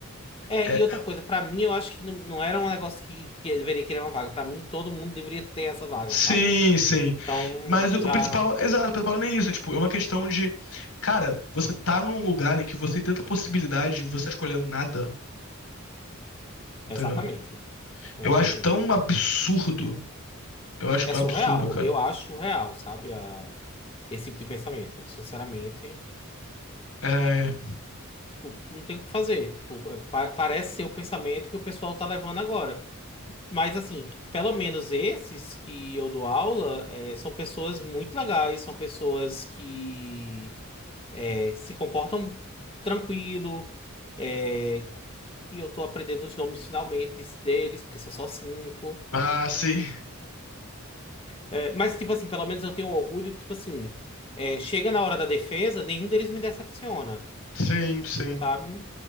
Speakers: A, on the left; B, on the left.
A: É,
B: É,
A: e outra coisa, pra mim eu acho que não, não era um negócio que, que eu deveria querer uma vaga. Pra mim todo mundo deveria ter essa vaga,
B: sim,
A: sabe?
B: sim.
A: Então,
B: Mas o,
A: já.
B: o principal, exato, o principal não é nem isso. É, tipo, é uma questão de, cara, você tá num lugar em que você tem tanta possibilidade e você tá escolhendo nada, entendeu?
A: Exatamente. Exatamente.
B: Eu acho tão absurdo. Eu acho
A: É
B: absurdo,
A: surreal.
B: cara.
A: Eu acho surreal, sabe? A- Esse tipo de pensamento. Sinceramente,
B: É.
A: tipo, não tem o que fazer. Tipo, é, pa- parece ser o pensamento que o pessoal tá levando agora. Mas, assim, pelo menos esses que eu dou aula, é, são pessoas muito legais, são pessoas que é, se comportam tranquilo, é, que eu tô aprendendo os nomes finalmente des- deles, porque são só cinco.
B: Ah, sim.
A: É, mas, tipo assim, pelo menos eu tenho orgulho, tipo assim, é, chega na hora da defesa, nenhum deles me decepciona,
B: Sim, sim.
A: sabe?